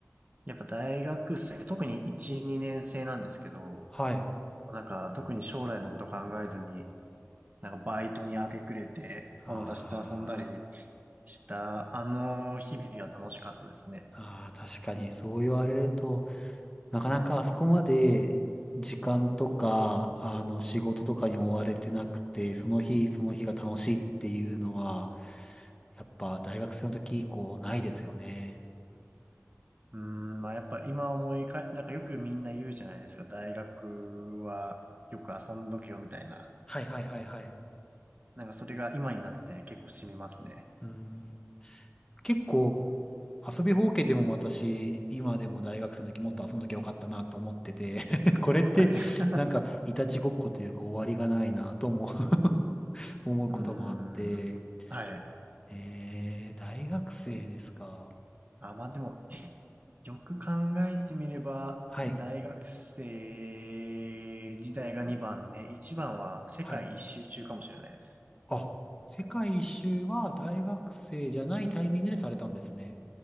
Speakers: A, on the right; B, on the left.
A: やっぱ大学生、特に1、2年生なんですけど、
B: はい。
A: なんか特に将来のこと考えずに、なんかバイトに明け暮れて友達と遊んだり
B: あ
A: したあの日々は楽しかったですね。
B: ーあー、確かにそう言われると、なかなかあそこまで時間とか、あの、仕事とかに追われてなくて、その日、その日が楽しいっていうのは、やっぱ大学生の時以降ないですよね。
A: うーん、まあやっぱ今思いか、なんかよくみんな言うじゃないですか、大学はよく遊んどけよみたいな。
B: はいはいはいはい。
A: なんかそれが今になって結構染みますね。
B: うーん。結構遊びほうけでも私、今でも大学生の時もっと遊んどきゃよかったなと思ってて <laughs> これってなんかいたちごっこというか終わりがないなとも
A: はい。<laughs> う
B: <laughs> 思うこともあって、
A: ーん。はい。
B: えー、大学生ですか。
A: あ、まあでも、よく考えてみれば、
B: はい。
A: 大学生時代が2番で、1番は世界一周中かもしれないです。
B: はい。あ、世界一周は大学生じゃないタイミングでされたんですね。